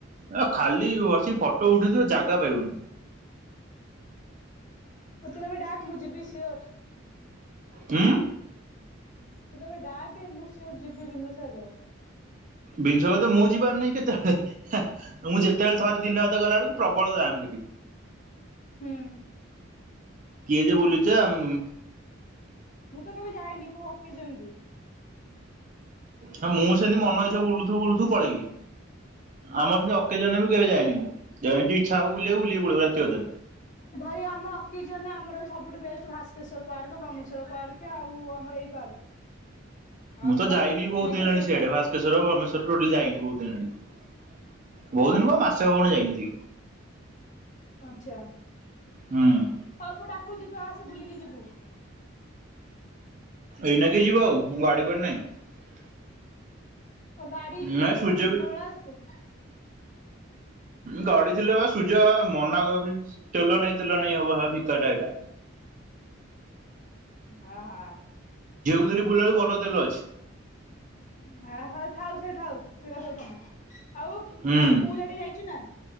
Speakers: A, on the right; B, on the left.
A: ଏରା ଖାଲି ବସି ଫଟୋ ଉଠଉଥିବ ଜାଗ ଯାଗା ପାଇବୁନି।
B: ମତେ କେବେ ଡାକ ଡାକ ମୁଁ ଜିବି ସିଓର୍।
A: ହୁ
B: ମୁ କେବେ ଡାକେ ମୁଁ ସିଓର ଜିବି ବିନ୍ଦୁ ସାଗର,
A: ବିନ୍ଦୁସାଗର ଯେ ମୁଁ ଯିବାର ନାହିଁ କେତେବେଳେ ମୁଁ ଯେତେବେଳେ ଥରେ ଦିନ ହାତ ଗଲା ବେଳକୁ ପ୍ରବଳ ଜାମ ସେଠି।
B: ହୁଁ,
A: କିଏ ଯେ ବୁଲି? ଯେ ଆମ,
B: ମୁଁ ବି ଯାଇନି, ମୁଁ ତ <inaudible>
A: ହ ମୁଁ ସେମିତି ମନ ଇଛାୁ ବଲୁଥୁବୁ ବଲୁଥୁବୁ ପଳେଇବି ଆମର ସେମିତି କେଜାଣି କେବେ ଯାଇନିମୁଁ ଯେନ୍ତି ଇଛା ହବ ବୁଲିବାକୁ ବୁଲିକି ପଳେଇବୁ ରାତି ଅଧରେ
B: ଭାଇ ଆମ ଅକକେଜନରେ ଆମର ସବୁଠୁ best Bhaskeswar park, Brahmeswar park ଆଉ ଆମର ଏଇ ପାର୍କ। ଆଉ
A: ମୁଁ ତ
B: ବ୍ରହ୍ମ
A: ଯାଇନି ବହୁତ
B: ମେଘେଶ୍ଵର
A: ହେଲାଣି ସିଆଡେ
B: ପାର୍କ
A: ଭାସ୍କେଶ୍ୱର, ବ୍ରହ୍ମେଶ୍ୱର ଟୋଟଲ ଯାଇନି ବହୁତ ଦିନ ହେଲାଣି ବହୁଦିନ
B: ହୁଁ
A: କଣ ମାସେ ହବଣି ଯାଇନଥିବି।
B: ହଁ ଆଛା।
A: ହୁଁ ଉମ।
B: ହଉ ମୁଁ ଡାକୁଚି ତୁ ଆସେ ବୁଲିକି ଯିବୁ।
A: ଏଇନା କିଏ ଯିବ ମୋର ଗାଡି ଫାଡି ନାହିଁ।
B: ଓ ଗାଡି ଥିଲେ
A: ନାଇଁ ସୂର୍ଯ୍ୟ
B: ସବୁ ଦିନବେଳା
A: ବି
B: ଆସୁ।
A: ଗାଡି ଥିଲେ ପା ସୂର୍ଯ୍ୟ ମନା କର ଖାଲି ତେଲ ନାଇଁ ତେଲ ନାଇଁ ହବ ହା ଭିକାରୀଟା ଏଇଟା।
B: ହଁ ହଁ।
A: ଧରିକି ବୁଲେଇବାକୁ ବଡ ତେଲ ଅଛି।
B: ହ ହଉ ଥାଉ ସେ ଥାଉ ସେଗୁଡା ସବୁ ଉଠାନା। ଆଉ
A: ହୁଁ
B: ସ୍କୁଲ ଆଡେ ଯାଇଛୁ ନା